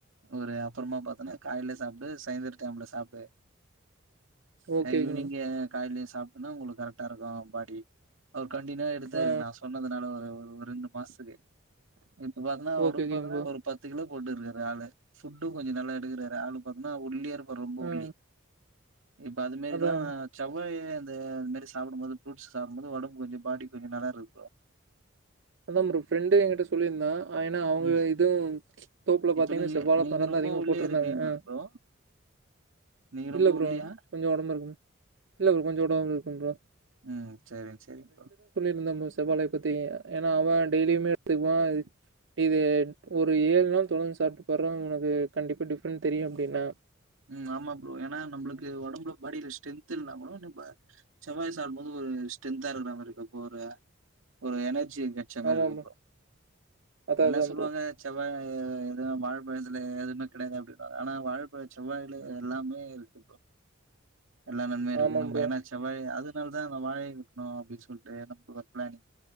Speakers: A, on the right; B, on the right.
A: ஒரு அப்றமா பாத்தோன்னா காலைல சாப்டு சாய்ந்திர டைம்ல சாப்டு
B: ஓகேங்க
A: அஹ் ஈவ்னிங்கு காலைலயு அப்டினா உங்களுக்கு கரெக்டா இருக்கும் பாடி அவர் கண்டினியுவா எடுத்தாரு
B: ஆ
A: நான் சொன்னதுனால ஒரு ரெண்டு மாசத்துக்கு இப்ப பாத்தன்னா
B: ஓகே
A: ஒடம்பு
B: ஓகேங்க
A: பாத்தன்னா
B: ப்ரோ
A: ஒரு பத்து கிலோக் <unintelligible> ஆளு ஃபுட்டு கொஞ்சோ நல்லா எடுக்கறா ஒரு ஆளு பாத்தன்னா ஒல்லியா இருப் அ ரொம்ப
B: ஆ
A: ஒல்லி இப்ப அதுமாரில்லா
B: அதா
A: செவ்வாழய அந்த அதுமாரி சாப்டும் போது ஃப்ரூட்ஸ் சாப்டும்போது ஒடம்பு கொஞ்சம் பாடி கொஞ்சம் நல்லா இருக்கு ப்ரோ
B: அதான் ப்ரோ ஃப்ரெண்டே எங்கிட்ட சொல்லியிருந்தா அ ஏன்னா அவங்க
A: ம்
B: இதுவும் ப்ச் தோப்புல பாத்தீங்கன்னா
A: இப்ப நீங்க
B: செவ்வாழ
A: நீங்க
B: பழந்தா
A: ரொம்ப
B: அதிகமா
A: ஒல்லியா
B: போட்ருந்தாங்க
A: இருப்பீங்க போல
B: ஆ
A: ப்ரோ. நீங்க ரொம்ப
B: இல்ல ப்ரோ
A: ஒல்லியா?
B: கொஞ்சம் ஒடம்பு இரு இல்ல ப்ரோ கொஞ்சம் ஒடம்பு இருக்கும் ப்ரோ
A: உம் சரி சரிப்பா
B: இன்னமு செவ்வாழை பத்தியே ஏன்னா அவ டெய்லியுமே எடுத்துக் <unintelligible> இது ஒரு ஏழு நாள் தொடர்ந்து சாப்ட்டு பார்ரா ஒனக்கு கண்டிப்பா டிஃப்ரெண்ட் தெரியு அப்டின்னா
A: உம் ஆமா ப்ரோ ஏன்னா நம்ளுக்கு ஒடம்புல பாடியில ஸ்ட்ரென்த் இல்லனாக்கூடோ <unintelligible> செவ்வாழைய சாப்டும்போது ஒரு ஸ்ட்ரென்தா இருக்குற மாரி இருக்கு <unintelligible> ஒரு எனர்ஜி எச்ச மாரி
B: ஆமா
A: இருக்கு
B: ப்ரோ.
A: இப்போ
B: அதான்
A: எல்லா
B: அதான்
A: சொல்வாங்க
B: ப்ரோ.
A: செவ்வாழ எ எதுவு வாழ பழத்துல எதுமே கெடையாது அப்டின்னுவாங்க ஆனா வாழபழத் செவ்வாழைல எல்லாமே இருக்கு ப்ரோ எல்லா நன்மை இருக்கு
B: ஆமாம்
A: நம்ப
B: ப்ரோ.
A: ஏன்னா செவ்வாழய அது நல் அதா அந்த வாழைய வைக்கணு அப்டின் சொல்ட்டு நம்ளுக்கு ஒரு பிளானிங்